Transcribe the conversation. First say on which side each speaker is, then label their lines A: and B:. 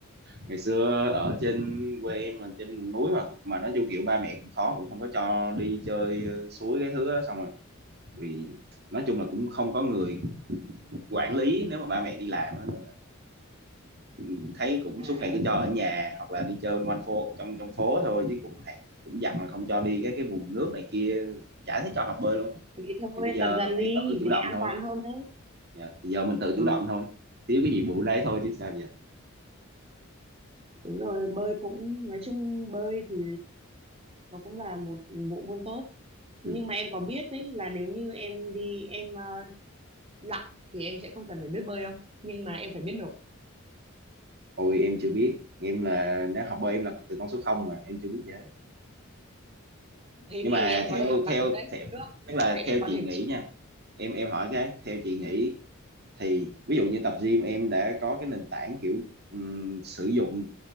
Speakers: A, on the right; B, on the right.
A: ngày xưa ở trên quê em mà trên vùng núi mà mà nói chung kiểu ba mẹ cũng khó cũng không có cho đi chơi ờ, suối cái thứ đó. xong rồi vì nói chung là cũng không có người quản lý nếu mà ba mẹ đi làm á nên là ừ, thấy cũng
B: à
A: suốt ngày cứ
B: hiểu
A: cho ở
B: rồi
A: nhà hoặc là đi chơi quanh phố trong trong phố thôi chứ cũng hạn- cũng dặn là không cho đi các cái vùng nước này kia chả thấy cho học bơi luôn
B: thì thôi
A: thì bây giờ
B: tập dần
A: phải
B: đi
A: tự chủ
B: để
A: động
B: an
A: thôi
B: toàn hơn đấy
A: Dạ, thì giờ mình tự
B: ừ
A: chủ động thôi thiếu cái gì bù đấy thôi chứ sao giờ
B: Đúng rồi, bơi cũng nói chung bơi thì nó cũng là một bộ môn tốt. Nhưng
A: ừ.
B: mà em có biết đấy là nếu như em đi em ờ, lặn thì em sẽ không cần phải biết bơi đâu, nhưng mà em phải biết nổi.
A: ôi em chưa biết em là nếu học bơi em là từ con số không mà em chưa biết gì hết
B: Thế
A: nhưng
B: thì
A: mà
B: em
A: theo
B: có thể học lặn
A: theo
B: ở đấy
A: theo
B: xuống nước
A: tức là
B: sẽ
A: theo
B: có
A: chị
B: thể
A: nghĩ
B: chịu.
A: nha em em hỏi cái theo chị nghĩ thì ví dụ như tập gym em đã có cái nền tảng kiểu ừm, sử dụng